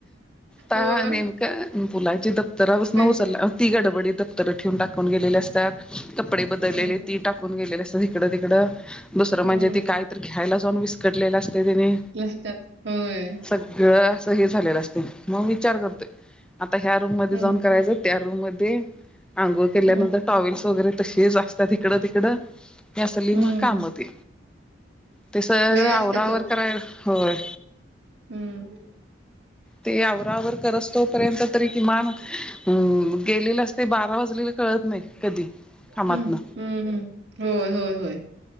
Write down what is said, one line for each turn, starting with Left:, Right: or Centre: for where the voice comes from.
Centre: त
Right: होय
Centre: नेमका मुलाची दफ्तरा पासून
Right: पै
Centre: उचला. ती गडबडी दफ्तर ठेवून टाकून गेलेली असतात. कपडे बदललेले
Right: हम्म
Centre: ती टाकून गेलेले असतात हिकडं तिकडं दुसरं
Right: हम्म
Centre: म्हणजे ती काय तर घ्यायला जाऊन विस्कटलेलं असतय त्यांनी.
Right: असतात होय
Centre: सगळं अस हे झालेलं असतय मग विचार करतोय. आता ह्या रूम मध्ये
Right: हम्म
Centre: जाऊन करायचं. त्या रूम मध्ये आंघोळ केल्यानंतर
Right: हम्म
Centre: टॉवेल्स वगैरे तशीच असतात हिकडं तिकडं. हे असली
Right: हम्म
Centre: ना काम ती. ते सगळं
Right: लय
Centre: आवरावर
Right: असतात ओ
Centre: कराया होय.
Right: हम्म.
Centre: ते आवरावर करस तोपर्यंत तरी किमान अ गेलेलं अस ते बारा वाजलेलं कळत नाही. कधी? कामातन
Right: हम्म हम्म. होय होय होय